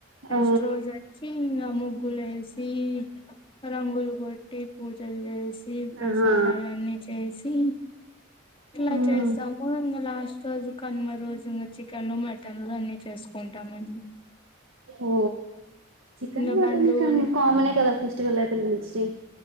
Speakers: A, on the left; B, on the right.
A: నెక్స్ట్
B: ఆ
A: రోజు వచ్చి ఇంకా ముగ్గులు సి రంగులు కొట్టి పూజలు చేసి ప్రసాదాలన్నీ
B: ఆహా
A: చేసి ఇలా
B: మ్మ్
A: చేస్తాము ఇంకా లాస్ట్ రోజు కనుమ రోజు ఇంకా చికెన్ మటన్లు అన్ని చేసుకుంటామండి
B: ఓ చికెన్
A: ఇంగ
B: మటన్
A: బంధువుల్
B: కామనే కదా ఫెస్టివల్ అయిపో నుంచి